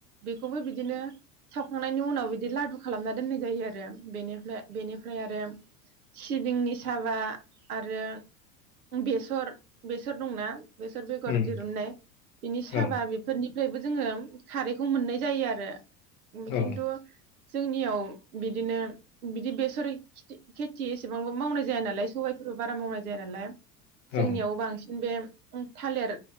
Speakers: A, on the right; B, on the left.
A: बेखौबो बिदिनो सावखांनायनि उनाव बिदि लादु खालामना दोननाय जायो आरो बेनिफ्राय बेनिफ्राय आरो सिबिंनि साबा आरो बेसर बेसर दंना बेसर बेगर
B: उम
A: दिरुननाय बिनि साबा
B: औ
A: बेफोरनि फ्रायबो जोङो खारैखौ मोननाय जायो आरो
B: औ
A: खिन्थु जोंनियाव बिदिनो बिदि बेसर खेथि एसेबांबो मावनाय जाया नालाय सबाइफोरबो बारा मावनाय जाया नालाय
B: औ
A: जोंनियाव बांसिन बे थालिर